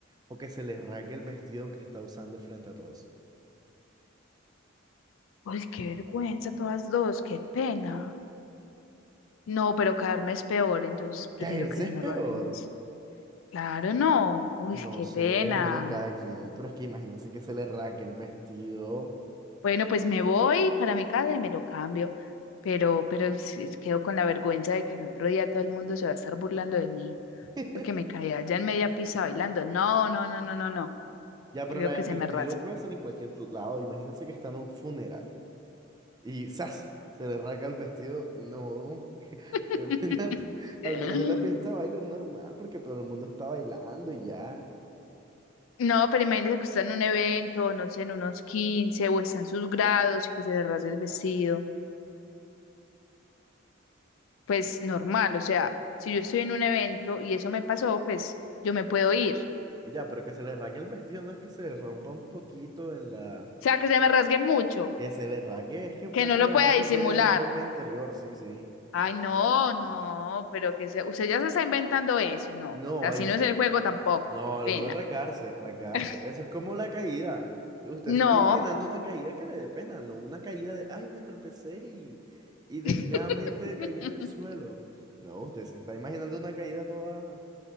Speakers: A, on the right; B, on the left.
A: o que se le raque el vestido que está usando frente a todos?
B: Uy, qué vergüenza, todas dos, qué pena. No, pero caerme es peor, entonces prefiero
A: ¿Caerse
B: que se
A: es
B: me
A: peor?
B: lo arregles. Claro, no. Uy,
A: No
B: qué
A: sé,
B: pena.
A: bueno, cada quien, pero es que imagínense que se le raque el vestido.
B: Bueno, pues me voy para mi casa y me lo cambio. Pero, pero sí, quedo con la vergüenza de que el otro día todo el mundo se va a estar burlando de mí
A: <laughs>
B: porque me caí allá en media pista bailando. No, no, no, no, no, no.
A: Ya, pero
B: Prefiero
A: la
B: que
A: del
B: se
A: vestido
B: me rasgue.
A: puede ser en cualquier lado. Imagínense que está en un funeral y ¡zas! Se le raca el vestido. No, <laughs>
B: <laughs>
A: qué pena. Al menos en la pista de baile es normal porque todo el mundo está bailando y ya.
B: No, pero imagínese que usted está en un evento, no sé, en unos 15 o está en sus grados y que se le rasgue el vestido. Pues normal, o sea, si yo estoy en un evento y eso me pasó, pues yo me puedo ir. O
A: Ya, pero que se le raque el vestido no es que se le rompa un poquito en la...
B: sea, que se me rasgue mucho,
A: Que se le raque es que prácticamente
B: que no lo pueda disimular.
A: quede en ropa interior, sí, sí.
B: Ay, no, no, pero que se... usted ya se está inventando eso, no.
A: No,
B: Así
A: ahí dice...
B: no es el juego tampoco,
A: No,
B: qué pena.
A: el juego de rasgarse, rasgarse.
B: <laughs>
A: Eso es como la caída. Usted
B: No.
A: se está imaginando una caída que le dé pena, no una caída de, ay, me tropecé y, y delicadamente
B: <laughs>
A: caí en el suelo. No, usted se está imaginando una caída toda